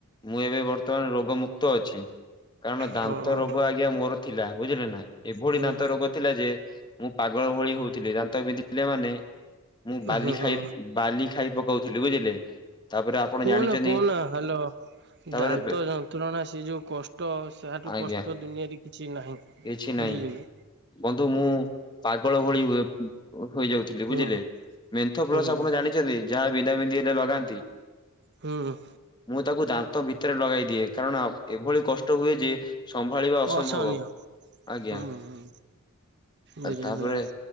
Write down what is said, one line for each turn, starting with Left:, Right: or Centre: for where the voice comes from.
Left: ମୁଁ ଏବେ ବତ୍ତ ତମର ରୋଗ ମୁକ୍ତ ଅଛି, କାରଣ ଦାନ୍ତ
Right: ହଁ
Left: ରୋଗ ଆଜ୍ଞା ମୋର ଥିଲା ବୁଝିଲେ ନା, ଏଭଳି
Right: ହୁଁ
Left: ଦନ୍ତ ରୋଗ ଥିଲା ଯେ ମୁଁ ପାଗଳ ଭଳି ହଉଥିଲି, ଦାନ୍ତ ପିନ୍ଧିଥିଲେ ମାନେ ମୁଁ ବାଲି
Right: ହୁଁ
Left: ଖାଇ ବାଲି ଖାଇ ପକୋଉଥିଲି ବୁଝିଲେ। ତାପରେ ଆପଣ
Right: କୁହନା
Left: ଜାଣିଛନ୍ତି
Right: କୁହନା ହ୍ୟାଲୋ।
Left: ତାପରେ
Right: ଦାନ୍ତ ଯନ୍ତ୍ରଣା ସେ ଯୋଉ କଷ୍ଟ ସାଠୁ
Left: ଆଜ୍ଞା
Right: କଷ୍ଟ ଦୁନିଆରେ। କିଛି ନାହିଁ
Left: କିଛି
Right: ବୁଝିଲେ
Left: ନାହିଁ
Right: କି।
Left: ବନ୍ଧୁ ମୁଁ ପାଗଳ ଭଳି ହୁଏ ହୋଇଯା ଥିଲି ବୁଝିଲେ
Right: ହୁଁ
Left: ମେନ୍ଥ
Right: ହୁଁ
Left: ପ୍ଲସ ଆପଣ ଜାଣିଛନ୍ତି ଯାହା ବିନ୍ଧା ବିନ୍ଧି ହେଲେ ଲଗାନ୍ତି।
Right: ହୁଁ ହୁଁ।
Left: ମୁଁ ତାକୁ ଦାନ୍ତ ଭିତରେ ଲଗେଇ ଦିଏ କାରଣ ଏଭଳି କଷ୍ଟ ହୁଏ ଯେ ସମ୍ଭାଳିବା ଅସମ୍ଭବ।
Right: ଅସହନୀୟ
Left: ଆଜ୍ଞା
Right: ହୁଁ ହୁଁ ବୁଝିଲି
Left: ତାପରେ।
Right: ବୁଝିଲି